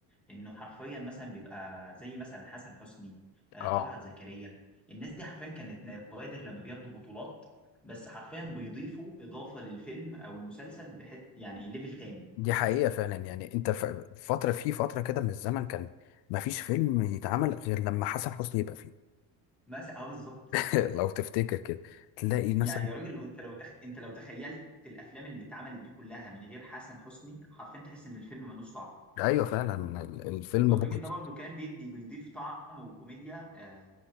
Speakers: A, in the centre; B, on the left.
A: انه حرفيا مثلا بيبقى زي مثلا حسن حسني آه،
B: اه
A: طلعت زكريا الناس دي حرفيا كانت نوادر لما بياخدوا بطولات بس حرفيا بيضيفوا اضافه للفيلم او المسلسل بحت يعني ليفل تاني
B: دي حقيقه فعلا يعني انت ف- فتره في فتره كده من الزمن كان ما فيش فيلم يتعمل غير لما حسن حسني يبقى فيه
A: مثلا اه بالظبط
B: <laughs> لو تفتكر كده تلاقي مثلا
A: يعني يا راجل انت لو تخ... انت لو تخيلت الافلام اللي اتعملت دي كلها من غير حسن حسني حرفيا تحس ان الفيلم ملوش طعم
B: ايوه فعلا ال- الفيلم
A: الراجل
B: بوظ
A: ده برضو كان بيدي بيضيف طعم وكوميديا آه،